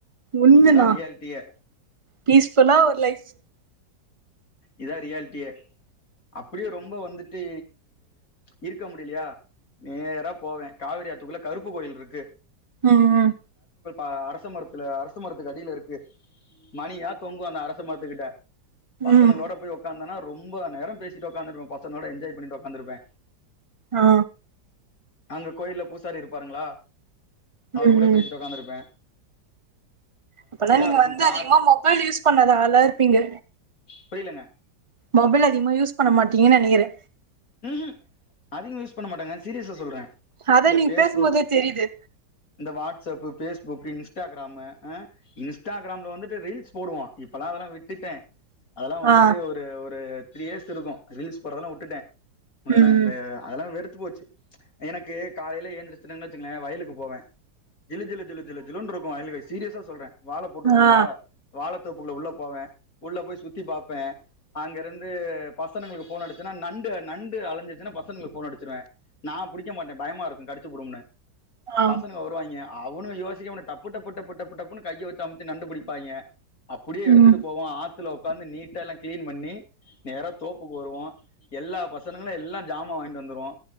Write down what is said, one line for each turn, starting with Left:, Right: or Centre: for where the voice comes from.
Right: உண்மதா
Left: இதுதா ரியால்ட்டியே
Right: பீஸ்ஃபுல்லா ஒரு லைஃப்
Left: இதா ரியால்ட்டியே அப்டியே ரொம்ப வந்துட்டு இருக்க முடிலயா நேரா போவே காவிரி ஆத்துக்குள்ள கருப்பு கோயில் ருக்கு
Right: ம் ம்
Left: ஆ அரச மரத்துல அரச மரத்துக்கு அடில இருக்கு மணியா தொங்கு அந்த அரச மரத்துக்கிட்ட பசங்கனோட
Right: ம்
Left: போய் ஒக்காந்தன்னா ரொம்ப நேரோ பேசிட்டு ஒக்காந்துருப்பே பசனோட என்ஜாய் பண்ணிட்டு ஒக்காந்துருப்பே
Right: ஆ
Left: அங்க கோயில்ல பூசாரி இருப்பாருங்ளா
Right: ம்
Left: அவரு கூட
Right: ம்
Left: பேசிட்டு ஒக்காந்துருப்பே
Right: அப்பனா நீங்க
Left: இருக்கும்
Right: வந்து
Left: கா
Right: அதிகமா மொபைல் யூஸ் பண்ணத ஆளாருப்பீங்க
Left: புரிலங்க
Right: மொபைல் அதிகமா யூஸ் பண்ண மாட்டீங்கன் நெனைக்கிறே
Left: ம் ஹும் அதிகமா யூஸ் பண்ண மாட்டேங்க சீரியஸா சொல்றே
Right: அதா
Left: இந்த
Right: நீங்க
Left: பேஸ்புக்
Right: பேசும்போதே தெரியுது
Left: இந்த வாட்ஸப்பு பேஸ்புக் புக் இன்ஸ்டாகிராமு அ இன்ஸ்டாகிராம்ல வந்துட்டு ரீல்ஸ் போடுவோ இப்பல்லா அதெல்லா விட்டுட்டே அதெல்லா வந்துட்டு
Right: ஆ
Left: ஒரு ஒரு த்ரீ இயர்ஸ் இருக்கு ரீஸ் போறதெல்லா வுட்டுட்டே முன்னயல்லா
Right: ம்
Left: இல்ல அதெல்லா வெறுத் போச்சு எனக்கு காலைல எந்திரச்சுன் வச்சுங்களே வயலுக்கு போவே ஜிலு ஜிலு ஜிலு ஜிலு ஜிலுன்னுருக்கு வயலு சீரியஸா சொல்றே வாழ போட்ருக்கோங்களா
Right: ஆ
Left: வாழ ப்பு உள்ள போவே உள்ள போய் சுத்தி பாப்பே அங்கருந்து பசனங்களுக்கு ஃபோன் அடிச்ன்னா நண்டு நண்டு அலைஞ்ச்சுன்னா பசங்களுக்கு ஃபோன் அடிச்சிருவே நா புடிக்க மாட்டே பயமாருக்கு கடிச்சுபுடும்னு
Right: ஆ
Left: பசங்க வருவாய்ங்க அவனு யோசிக்க மா டப்பு டப்பு டப்பு டப்பு டப்புன்னு கைய வச்சு <unintelligible> அம்த்தி நண்டு புடிப்பாய்ங்க அப்டே எடுத்துட்டு
Right: ம்
Left: போவோ ஆத் ல ஒக்காந்து நீட்டா எல்லா கிளீன் பண்ணி நேரா தோப்புக்கு வருவோ எல்லா பசனங்களே எல்லா ஜாமான் வாங்கிட்டு வந்துருவோ